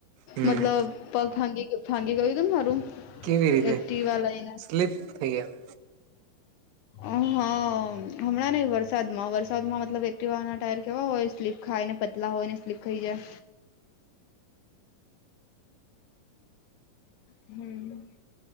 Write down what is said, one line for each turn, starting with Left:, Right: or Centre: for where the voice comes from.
Right: હમ
Left: મતલબ પગ ફાંગી ફાગી ગયું તું ને મારું
Right: કેવી રીતે?
Left: એક્ટિવા લઈને
Right: સ્લીપ થઈ ગયા?
Left: હ હમણાં નઈ વરસાદમાં-વરસાદમાં મતલબ એક્ટિવાના ટાયર કેવા હોય સ્લીપ ખાયને પતલા હોય ને સ્લીપ ખઇ જાય. હમ,